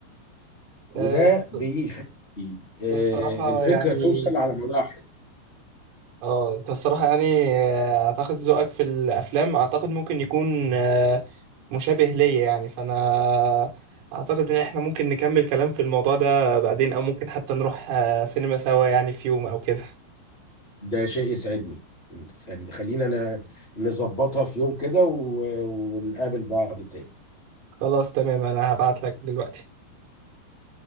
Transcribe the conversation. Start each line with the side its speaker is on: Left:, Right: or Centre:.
Left: وده
Right: أه
Left: بيخلي آه،
Right: الصراحه
Left: الفكره
Right: يعني
Left: توصل على مراحل
Right: اه انت الصراحة يعني آه، اعتقد ذوقك في الافلام اعتقد ممكن يكون آه، مشابه ليا يعني فانا اعتقد ان احنا ممكن نكمل كلام في الموضوع ده بعدين او ممكن حتى نروح آه، سينما سوا يعني في يوم او كده
Left: ده شيء يسعدني خل- خلينا انا نظبطها في يوم كده و- ونقابل بعض تاني
Right: خلاص تمام انا هبعت لك دلوقتي